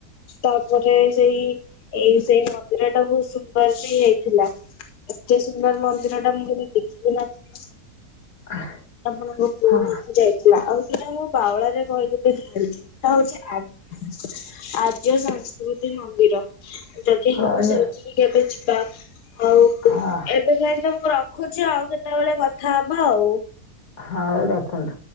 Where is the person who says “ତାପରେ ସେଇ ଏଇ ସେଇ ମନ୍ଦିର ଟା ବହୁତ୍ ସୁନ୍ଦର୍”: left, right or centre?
Left